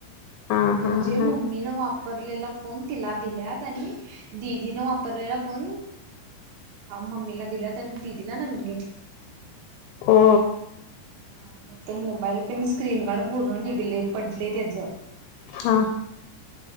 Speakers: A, on the left (about 85°); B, on the right (about 80°).
A: हा
B: म्हणजे,
A: हा हा
B: मम्मी न वापरलेला फोन तिला दिल्यातं आणि- दिदीनं वापरलेला फोन मम्मीला दिला आणि दिदीला नवीन घेतला.
A: हो,
B: हा मग तो मोबाईल पण स्क्रीन गार्ड पूर्ण निघले पडले त्याचं.
A: हा